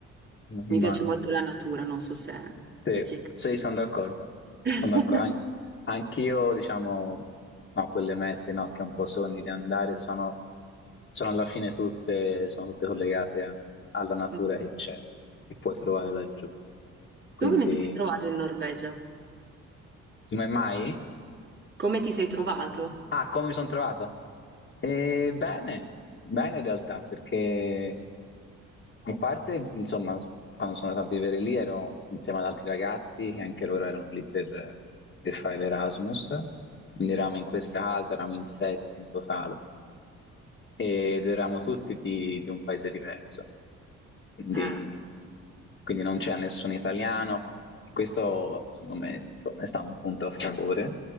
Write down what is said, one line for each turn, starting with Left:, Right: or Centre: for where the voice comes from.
Right: Mi
Left: immagino.
Right: piace molto la natura, non so se,
Left: Sì,
Right: se si è capito.
Left: sì, sono d'accordo.
Right: <laughs>
Left: Sono d'accordo. An- anch'io, diciamo, no, quelle mete, no, che un po' sogni di andare sono, sono alla fine tutte, sono tutte collegate a- alla natura
Right: Mm.
Left: che c'è, che puoi trovare laggiù. Quindi,
Right: Tu come ti sei trovato in Norvegia?
Left: come mai?
Right: Come ti sei trovato?
Left: Ah, come mi sono trovato? Eh, bene, bene in realtà, perché A parte, insomma, quando sono andato a vivere lì ero insieme ad altri ragazzi che anche loro erano lì per, per fare l'Erasmus, quindi eravamo in questa casa, eravamo in sette in totale ed eravamo tutti di, di un paese diverso, quindi,
Right: Ah,
Left: quindi non c'era nessun italiano e questo secondo me insomma, è stato un punto a favore